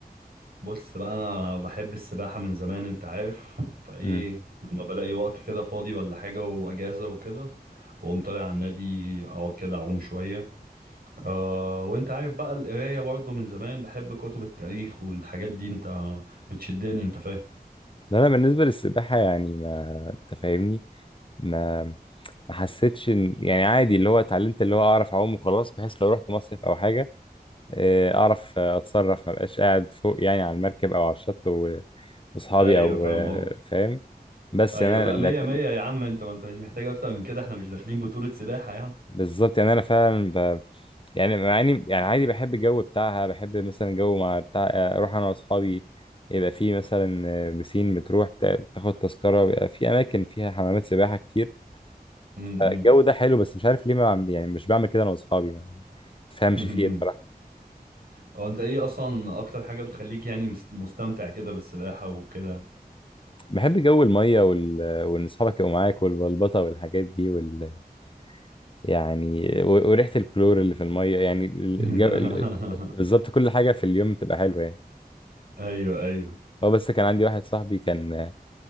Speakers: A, on the right (about 70°); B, on the left (about 30°).
A: بص بقى انا بحب السباحة من زمان انت عارف فايه
B: مم.
A: لما بلاقي وقت كده فاضي ولا حاجة واجازة وكده بقوم طالع على النادي اقعد كده اعوم شوية آه وانت عارف بقى القراية برضو من زمان بحب كتب التاريخ والحاجات دي انت بتشدني انت فاهم
B: لا انا بالنسبة للسباحة يعني ما انت فاهمني ما ما حسيتش ان يعني عادي اللي هو اتعلمت اللي هو اعرف اعوم وخلاص بحيث لو رحت مصيف او حاجة آه، اعرف آه، اتصرف ما بقاش قاعد فوق يعني على المركب او على الشط و- واصحابي
A: ايوه
B: او
A: فاهم
B: آه،
A: قصدك
B: فاهم بس
A: ايوه
B: يعني
A: لا
B: انا لا-
A: مية مية يا عم انت ما انت مش محتاج اكتر من كده احنا مش داخلين بطولة سباحة يعني
B: بالظبط يعني انا فعلا ب... يعني مع اني يعني عادي بحب الجو بتاعها بحب مثلا جو مع بتاع آه، اروح انا واصحابي يبقى في مثلا آه، بسين بتروح بتا- تاخد تذكره بيبقى في اماكن فيها حمامات سباحه كتير
A: امم
B: الجو ده حلو بس مش عارف ليه ما بعمل- يعني مش بعمل كده انا واصحابي ما تفهمش
A: <laughs>
B: فيه إيه بصراحه
A: هو انت ايه اصلا اكتر حاجة بتخليك يعني مست- مستمتع كده بالسباحة وكده
B: بحب جو الميه وال... وان اصحابك يبقوا معاك والبلبطه والحاجات دي وال... يعني و- وريحة الكلور اللي في المية يعني ال-
A: <laughs>
B: الجو ال- بالظبط كل حاجة في اليوم تبقى حلوة يعني
A: ايوه ايوه
B: هو بس كان عندي واحد صاحبي كان